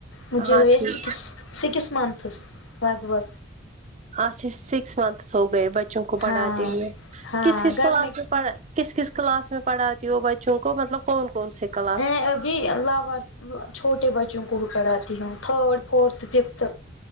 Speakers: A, on the left (about 80°); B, on the right (about 35°).
A: مجھے
B: ہاں
A: ہوئے
B: ٹھیک
A: سکس سکس منتھس لگ بھگ
B: اچھا سکس منتھس ہوگئے بچوں کو پڑھاتے
A: ہاں
B: ہوئے
A: ہاں
B: کس کس
A: گھر
B: کلاس میں پڑھ کس کلاس میں پڑھاتی ہو بچوں کو مطلب کون کون سے کلا
A: ا ابھی لور چھوٹے بچوں کو بھی پڑھاتی ہوں تھرڈ فورتھ ففتھ